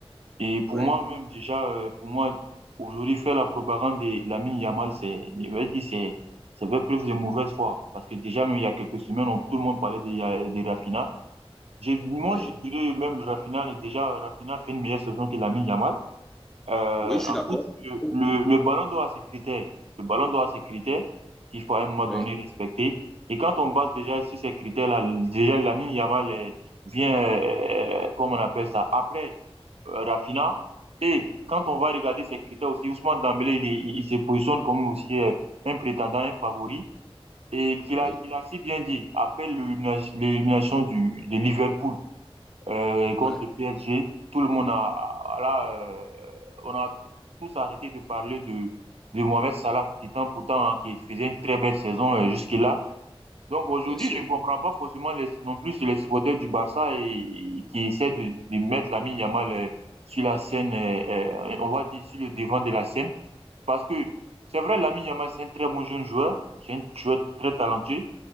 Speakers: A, on the right (about 75°); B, in the centre.
A: Et pour
B: oui,
A: moi même déjà, euh, pour moi aujourd'hui faire la propagande de Lamine Yamal, c'est, je vais dire, c'est, c'est faire preuve de mauvaise foi. Parce que déjà même il y a quelques semaines, on- tout le monde parlait de, Ya- de Rafinha. J'ai- moi,
B: oui.
A: je dirais même Rafinha, déjà Rafinha fait une meilleure saison que Lamine Yamal. Euh,
B: Oui, je suis
A: en
B: d'accord.
A: plus, le,
B: Oh,
A: le, le ballon d'or a ses critères. Le ballon d'or a ses critères qu'il faut à un moment
B: Oui,
A: donné respecter. Et quand on base déjà sur ces critères-là, déjà Lamine Yamal est- vient, euh, comme on appelle ça, après euh, Rafinha. Et quand on va regarder ces critères aussi, Ousmane Dembélé, il, est- il, il se positionne comme aussi euh, un prétendant, un favori. Et qu'il
B: oui,
A: a, qu'il a si bien dit, après l'élimination l'élimination du, de Liverpool, euh, contre
B: oui,
A: le PSG. Tout le monde a, là, euh, on a tous arrêté de parler de, de Mohamed Salah, qui temps pourtant hein, qui faisait une très belle saison euh, jusque-là. Donc aujourd'hui,
B: bien sûr.
A: je ne comprends pas forcément les, non plus les supporters du Barça et, et qui essaient de, de mettre l'ami Yamal euh, sur la scène, euh, euh, on va dire sur le devant de la scène, parce que c'est vrai, l'ami Yamal, c'est un très bon jeune joueur, c'est un joueur très talentueux,